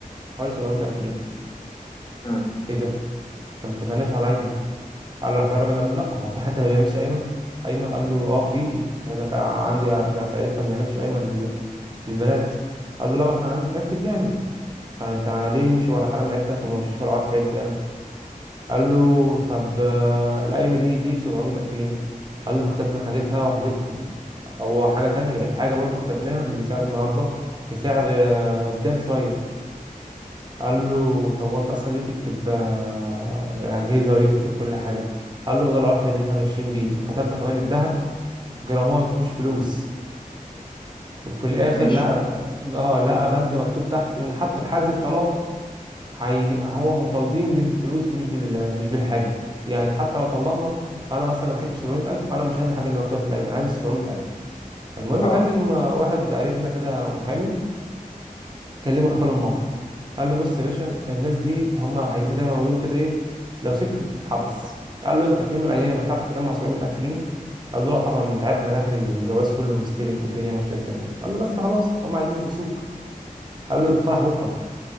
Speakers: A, on the right; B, on the left.
A: حوالي 700 الف جنيه
B: مم.
A: ايه ده ما اتفقناش على قايمه قال راح جه الراجل قال له لا هو في حد ما بيعملش قايمه قايمه قال له اه في كذا بقى عندي احنا في عيلتنا ما بنعملش قايمه لل- للبنات قال له لا احنا عندي في عيلتي بنعمل فانت ليه يمشي ورا كلام عيلتك وما مشيش ورا عرف عيلتي انا قال له طب آه، القايمه دي ليه ب 700 الف جنيه قال له فكتبنا حاجتها وحاجتكم هو حاجه تانية الحاجه برضو كتبناها مش بسعر النهارده بسعر آه، قدام شويه قال له طب وانت اصلا ليه تكتب آه، اجهزه وليه تكتب كل حاجه قال له ده العرف اللي احنا ماشيين بيه وكتبنا كمان الذهب جرامات مش فلوس وفي الاخر
B: ماشي
A: لقى ب- اه لقى بند مكتوب تحت ان حتى في حاله الطلاق هي هو مطالبين بالفلوس مش بال مش بالحاجه يعني حتى لو طلقنا فانا مثلا كاتب 700000 فانا مش عايز الحاجه اللي مكتوبه في الايمان انا عايز ال 700000 المهم
B: اه
A: كلم آه، واحد قريبنا كده محامي كلمه حكى له الموقف قال له بص يا باشا الناس دي هم عايزين زي ما بيقولوا كده ايه لو سبت تتحبس قال له انت في يوم من الايام هتعرف تجمع 700 الف جنيه قال له لا طبعا ما انت عارف انا داخل الجواز كله مستلف والدنيا ماشيه ازاي معايا قال له بس خلاص هم عايزين يحبسوك قال له الفرح بكره